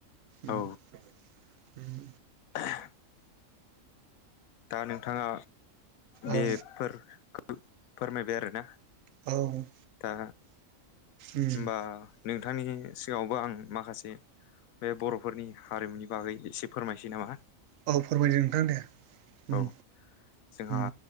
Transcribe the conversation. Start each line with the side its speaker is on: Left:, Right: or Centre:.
Right: उम।
Left: औ <inaudible> दा नोंथाङा बेफोरखौ
Right: औ
Left: फोरमायबाय आरोना।
Right: औ।
Left: दा
Right: उम
Left: होमबा नोंथांनि सिगाङावबो आं माखासे बे बर'फोरनि हारिमुनि बागै एसे फोरमायसै नामा?
Right: औ फोरमायदों नोंथां दे। उम
Left: औ जोंहा
Right: उम